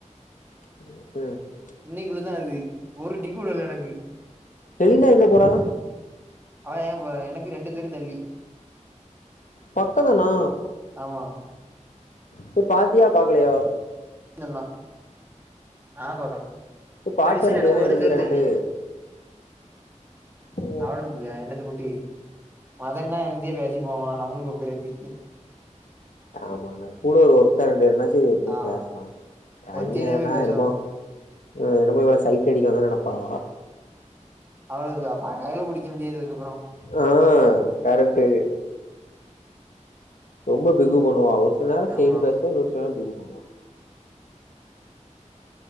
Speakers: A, on the left (about 85°); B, on the right (about 15°).
A: உம்
B: இன்னைக்குள்ளதா அது ஒரு டிக் கூட இல்ல எனக்கு
A: எலினா எங்க போறா
B: அவ ஏம்போறா எனக்கு ரெண்டு தெரு தள்ளி
A: பக்கொ தானா
B: ஆமா
A: போய் பாத்தியா பாக்கலையா
B: இல்ல நா நா பாக்கல
A: நீ பாத்து
B: நெல்சன்
A: வர வேண்டியதானே
B: எனக்கு ஒரு
A: என்ன செய்றான்ட்டு
B: தெரு தள்ளி
A: ஓ
B: <unintelligible> என்னத்த கூட்டி மதன் னா என்னத்தையோ பேசி போவா நம்மளுக்கு ஒப்பேராது
A: ஆமாணா கூட ஒரு ஒருத்தர் ரெண்டுனா செரி எப்டியு
B: ஆ
A: பேசலா தனியானா
B: ஒத்தேடியா போய் பேசுவா
A: என்னமோ ம் என்னமோ இவள சைட் அடிக்க வந்தோனு நெனப்பா அவ
B: அவளுக்தாம்பா கையில பிடிக்க முடியாது அதுக்கப்றோ
A: ஆ கரெக்ட்டு ரொம்ப பிகு பண்ணுவா ஒரு சில நேரோ
B: ஆமா
A: சேரின் பேசுவா ஒரு சில நேரோ பிகு பண்ணுவா